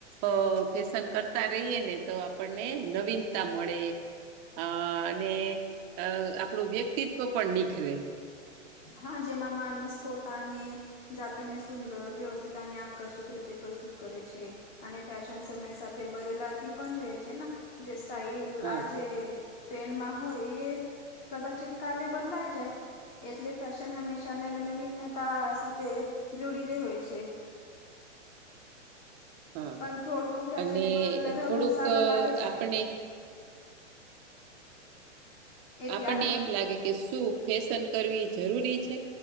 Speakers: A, on the right; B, on the left.
A: અ ફેશન કરતા રહીએ ને તો આપણને નવીનતા મળે અ અને અ આપણું વ્યક્તિત્વ પણ નિખરે
B: હા જેમાં માનસ પોતાની જાતને સુંદર વ્યવસ્થિત અને આકર્ષક રીતે પ્રસ્તુત કરે છે. અને ફેશન સમય સાથે બદલાતી પણ રહે છે ને જે સ્ટાઇલ
A: હા
B: આજે ટ્રેનમાં હોય એ કદાચિત કાલે બદલાય જાય એટલે ફેશન હંમેશા નવીનવીનતા સાથે જોડી રહે છે
A: હા
B: પણ થોડકું ફેશનેબલ
A: અને
B: રહેવું
A: થોડુંક
B: સારું લાગે છે.
A: આપણે
B: એથી
A: આપણને
B: આત્મ
A: એમ લાગે કે શું ફેશન કરવી જરૂરી છે.